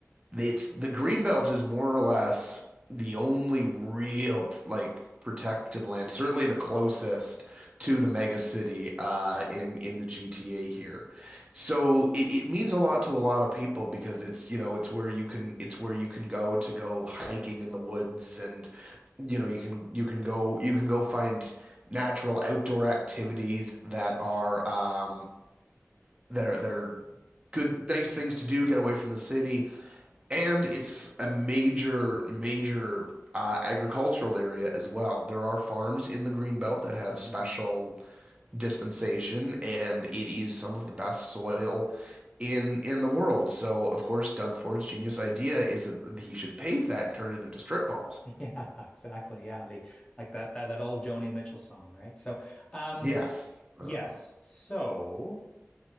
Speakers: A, on the right (about 25°); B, on the left (about 20°).
A: it's the Greenbelt is more or less the only real like protected land, certainly the closest to the mega city uh, in in the GTA here. So it, it means a lot to a lot of people because it's you know it's where you can it's where you can go to go hiking in the woods and you know you can you can go you can go find natural outdoor activities that are um that are that are good nice things to do get away from the city and it's a major, major uh, agricultural area as well. There are farms in the Green Belt that have
B: hmm
A: special dispensation, and it is some of the best soil in in the world. So, of course, Doug Ford's genius idea is that he should pave that and turn it into strip malls.
B: <laughs> Yeah, exactly. Yeah, the like that that that old Joni Mitchell song, right? So, um,
A: Yes. Uh,
B: yes. So,